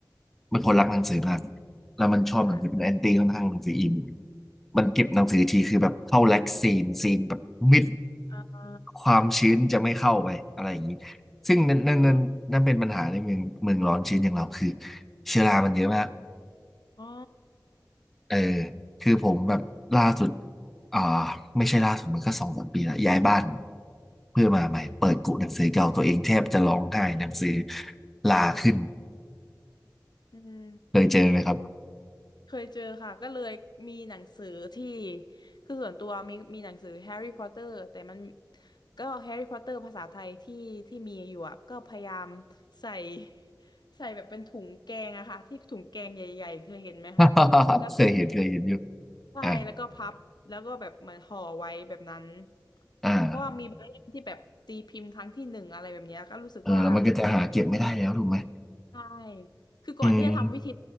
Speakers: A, in the centre; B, on the left.
A: เป็นคนรักหนังสือมากแล้วมันชอบหนังสือเป็นแอนตี้ค่อนข้างหนังสืออิน
B: ค่ะ
A: มันเก็บหนังสือทีคือแบบเข้าแล็กซีนซีนแบบมิด
B: ค่ะอ่า
A: ความชื้นจะไม่เข้าไปอะไรอย่างนี้ซึ่งนั่นนั่นนั่นนั่นเป็นปัญหาในเมืองเมืองร้อนชื้นอย่างเราคือ
B: อ๋อ
A: เชื้อรามันเยอะมาก
B: อ
A: เออคือผมแบบล่าสุดอ่าไม่ใช่ล่าสุดมันก็สองสามปีละย้ายบ้านเพื่อมาใหม่เปิดกุหนังสือเก่าตัวเองแทบจะร้องไห้หนังสือลาขึ้น
B: ออืม
A: เคยเจอไหมครับ
B: เคยเจอค่ะก็เลยมีหนังสือที่คือส่วนตัวมีมีหนังสือแฮร์รี่พอตเตอร์แต่มันก็แฮร์รี่พอตเตอร์ภาษาไทยที่ที่มีอยู่อะก็พยายามใส่ <laughs> ใส่แบบเป็นถุงแกงอะค่ะที่ถุงแกงใหญ่ๆเคยเห็นไหมคะ
A: <laughs>
B: แล้ว
A: เคยเห็นเคยเห็นอยู่
B: ใช่แล้วก็พับแล้วก็แบบเหมือนห่อไว้แบบนั้น
A: อ่าอ่า
B: เพราะว่ามีบางเล่มที่แบบตีพิมพ์ครั้งที่หนึ่งอะไรแบบเนี้ยก็รู้สึกว่า
A: เออแล้วมันก็จะหาเก็บไม่ได้แล้วถูกไหม
B: ใช่คือก่อนที่จะทำวิธี
A: อืม